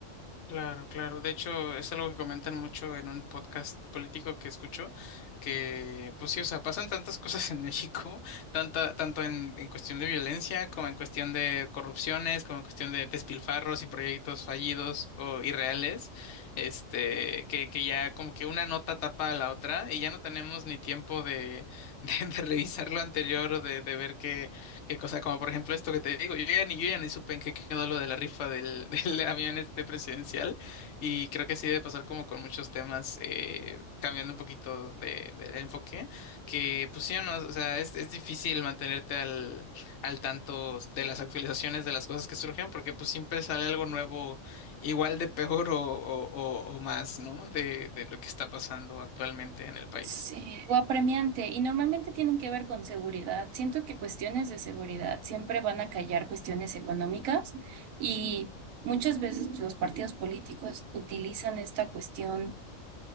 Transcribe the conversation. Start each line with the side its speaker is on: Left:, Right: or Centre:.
Left: claro, claro. De hecho, es algo que comentan mucho en un podcast político que escucho, que pues sí, o sea, pasan tantas <laughs> cosas en México, tanta, tanto en, en cuestión de violencia, como en cuestión de corrupciones, como en cuestión de despilfarros y proyectos fallidos o irreales, este, que, que ya como que una nota tapa a la otra y ya no tenemos ni tiempo de, <laughs> de, de revisar lo anterior o de, de ver qué Qué cosa, como por ejemplo esto que te digo, yo ya ni, yo ya ni supe en qué quedó lo de la rifa del, <laughs> del avión este presidencial y creo que sí debe pasar como con muchos temas, eh, cambiando un poquito de, del enfoque, que pues sí o no, o sea, es, es difícil mantenerte al, al tanto de las actualizaciones de las cosas que surgen porque pues siempre sale algo nuevo, igual de peor o, o, o, o más, ¿no? De, de lo que está pasando actualmente en el país.
Right: Sí, o apremiante, y normalmente tienen que ver con seguridad. Siento que cuestiones de seguridad siempre van a callar cuestiones económicas y muchas veces los partidos políticos utilizan esta cuestión